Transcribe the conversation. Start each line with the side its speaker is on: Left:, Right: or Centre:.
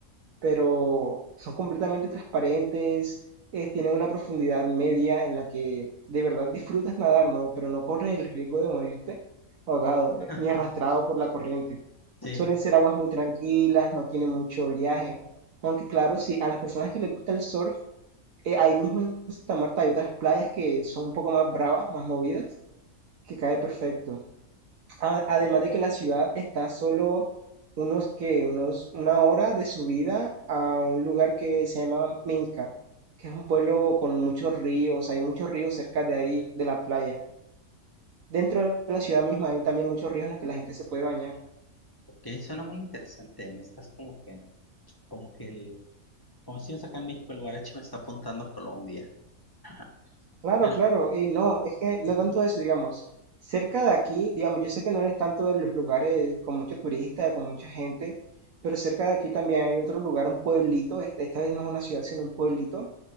Right: pero son completamente transparentes, eh, tienen una profundidad media en la que de verdad disfrutas nadar, ¿no? Pero no corres el riesgo de morirte ahogado eh,
Left: <laughs>
Right: ni arrastrado por la corriente.
Left: Sí,
Right: Suelen ser aguas muy tranquilas, no tienen mucho oleaje. Aunque claro, si a las personas que les gusta el surf, eh, ahí mismo en Santa Marta hay otras playas que son un poco más bravas, más movidas, que cae perfecto. A-
Left: ok,
Right: Además de que la ciudad está solo unos que unos una hora de subida a un lugar que se llama Minca, que es un pueblo con muchos ríos, hay muchos ríos cerca de ahí, de la playa. Dentro de la ciudad misma hay también muchos ríos en los que la gente se puede bañar.
Left: ok, suena muy interesante. Me estás como que, como que el, como decimos acá en México, el guarache me está apuntando a Colombia. <laughs> Ajá.
Right: Claro,
Left: Pero,
Right: claro, y no, es que no
Left: ujú,
Right: tanto eso, digamos, cerca de aquí, digamos, yo sé que no eres tanto de los lugares con mucho turista, con mucha gente, pero cerca de aquí también hay otro lugar, un pueblito, esta esta vez no es una ciudad, sino un pueblito